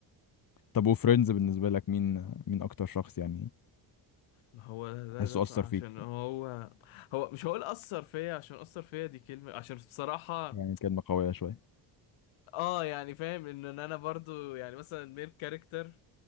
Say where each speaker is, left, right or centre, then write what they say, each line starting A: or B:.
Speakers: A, on the left; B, on the left.
A: طب وفريندز بالنسبه لك مين مين اكتر شخص يعني
B: ما هو لا
A: تحسه
B: ده صح
A: اثر
B: عشان
A: فيك
B: هو هو مش هقول اثر فيا عشان اثر فيا دي كلمة عشان بصراحة
A: يعني كلمه قويه شويه
B: اه يعني فاهم ان إن انا برضو يعني مثلا الميل كاركتر